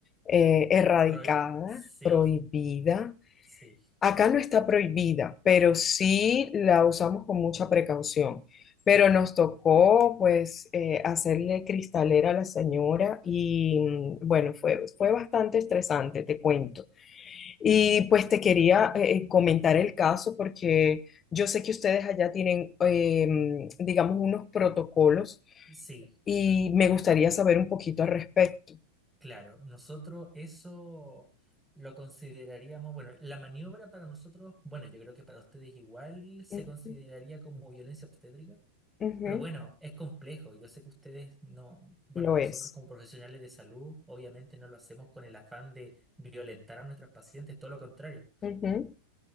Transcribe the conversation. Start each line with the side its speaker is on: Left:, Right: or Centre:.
Left: eh, erradicada,
Centre: Pro- Sí,
Left: prohibida.
Centre: sí,
Left: Acá no está prohibida, pero sí la usamos con mucha precaución. Pero
Centre: ya,
Left: nos tocó pues eh, hacerle cristalera a la señora y mm, bueno, fue, fue bastante estresante, te cuento. Y pues te quería eh, eh, comentar el caso porque yo sé que ustedes allá tienen, em, digamos, unos protocolos
Centre: sí,
Left: y me gustaría saber un poquito al respecto.
Centre: claro. Nosotros eso lo consideraríamos, bueno, la maniobra para nosotros, bueno, yo creo que para ustedes igual se
Left: Ujú,
Centre: consideraría como violencia obstétrica.
Left: ujú,
Centre: Pero bueno, es complejo. Yo sé que ustedes no, bueno,
Left: Lo
Centre: nosotros
Left: es.
Centre: como profesionales de salud, obviamente no lo hacemos con el afán de violentar a nuestras pacientes, todo lo contrario.
Left: Ujú,